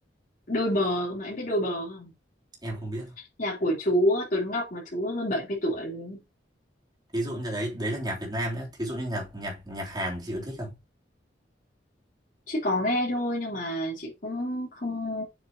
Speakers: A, on the left (about 45°); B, on the right (about 20°).
A: đôi bờ cơ mà em biết đôi bờ không?
B: em không biết
A: Nhạc của chú Tuấn Ngọc mà chú hơn 70 tuổi rồi.
B: thí dụ như đấy đấy là nhạc Việt Nam nhé thí dụ như nhạc nhạc nhạc Hàn thì chị có thích không
A: Chị có nghe thôi nhưng mà chị cũng không